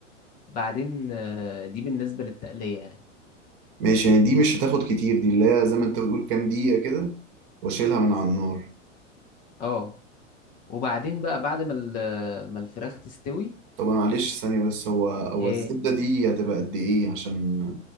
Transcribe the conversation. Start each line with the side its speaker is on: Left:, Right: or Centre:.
Left: بعدين آه، دي بالنسبة للتقلية يعني
Right: ماشي يعني دي مش هتاخد كتير دي اللي هي زي ما انت بتقول كام دقيقة كده واشيلها من على النار
Left: اه وبعدين بقى بعد ما ال- آه، ما الفراخ تستوي
Right: طب انا معلش ثانية بس هو هو
Left: ايه
Right: الزبدة دي هتبقى قد ايه عشان